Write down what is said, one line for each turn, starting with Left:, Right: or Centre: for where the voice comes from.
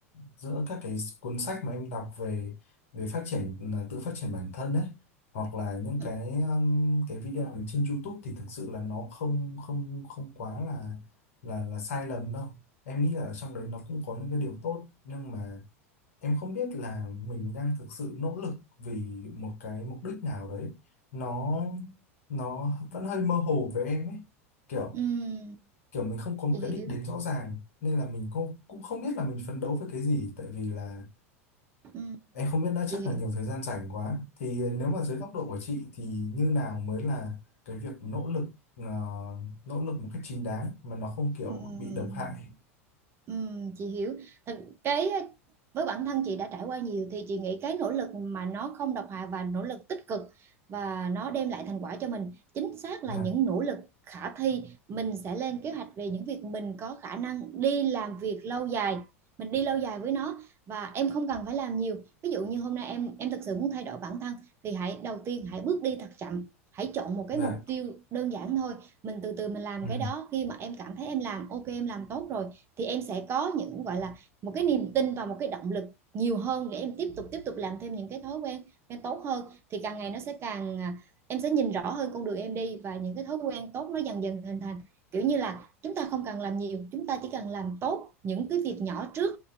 Left: giữa các cái cuốn sách mà em đọc về về phát triển là tự phát triển bản thân ấy hoặc là những
Right: ừ,
Left: cái um, cái video ở trên YouTube thì thực sự là nó không không không quá là là là sai lầm đâu em nghĩ là ở trong đấy nó cũng có những cái điều tốt nhưng mà em không biết là mình đang thực sự nỗ lực vì một cái mục đích nào đấy nó nó vẫn hơi mơ hồ với em ấy kiểu
Right: ừ,
Left: kiểu mình không có một
Right: chị hiểu
Left: cái đích đến rõ ràng nên là mình cũng cũng không biết là mình phấn đấu với cái gì tại vì là
Right: ừ,
Left: em không biết đã chắc
Right: chị hiểu
Left: là nhiều thời gian rảnh quá thì ờ, nếu mà dưới góc độ của chị thì như nào mới là cái việc nỗ lực ờ, nỗ lực một cách chính đáng mà nó không
Right: Ừm,
Left: kiểu bị độc hại
Right: ừm, chị hiểu thật cái với bản thân chị đã trải qua nhiều thì chị nghĩ cái nỗ lực mà nó không độc hại và nỗ lực tích cực và nó đem lại thành quả cho mình chính xác là
Left: dạ
Right: những nỗ lực khả thi mình sẽ lên kế hoạch về những việc mình có khả năng đi làm việc lâu dài mình đi lâu dài với nó và em không cần phải làm nhiều ví dụ như hôm nay em em thực sự muốn thay đổi bản thân thì hãy đầu tiên hãy bước đi thật chậm hãy chọn một cái
Left: dạ
Right: mục tiêu đơn giản thôi mình từ từ mình làm
Left: ừ,
Right: cái đó khi mà em cảm thấy em làm ok em làm tốt rồi thì em sẽ có những gọi là một cái niềm tin và một cái động lực nhiều hơn để em tiếp tục tiếp tục làm thêm những cái thói quen quen tốt hơn thì càng ngày nó sẽ càng à, em sẽ nhìn rõ hơn con đường em đi và những cái thói quen tốt nó dần dần hình thành kiểu như là chúng ta không cần làm nhiều chúng ta chỉ cần làm tốt những cái việc nhỏ trước